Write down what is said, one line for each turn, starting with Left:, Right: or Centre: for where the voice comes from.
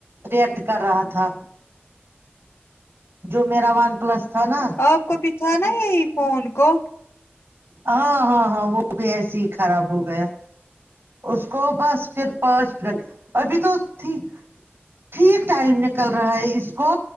Right: رییکٹ کر رہا تھا جو میرا ون پلس تھا نا
Left: آپ کو بھی تھا نا یہی فون کو
Right: ہاں ہاں ہاں وہ بھی ایسے ہی خراب ہو گیا اس کو بس پھر پانچ منٹ ابھی تو تھی ٹھیک ٹائم نکل رہا ہے اس کو